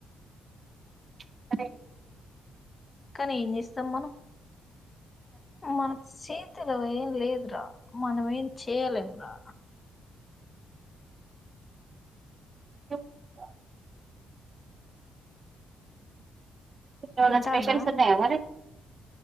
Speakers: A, on the right; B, on the left.
A: <inaudible>
B: కానీ ఏం చేస్తాం మనం మన చేతిలో ఏం లేదు రా మనం ఏం చేయలేం రా
A: టుక్ తానే ఇప్పుడెమన్న
B: తింటాండా
A: స్పెషల్స్ వున్నాయ
B: అన్న
A: మరి